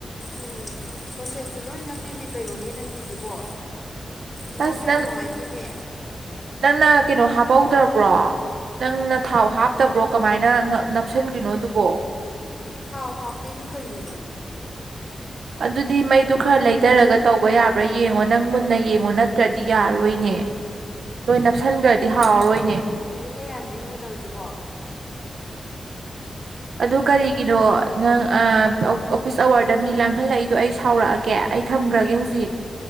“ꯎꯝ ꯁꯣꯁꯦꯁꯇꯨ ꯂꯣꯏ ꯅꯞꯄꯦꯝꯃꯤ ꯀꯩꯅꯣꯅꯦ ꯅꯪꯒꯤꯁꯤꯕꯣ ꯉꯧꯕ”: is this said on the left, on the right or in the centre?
Left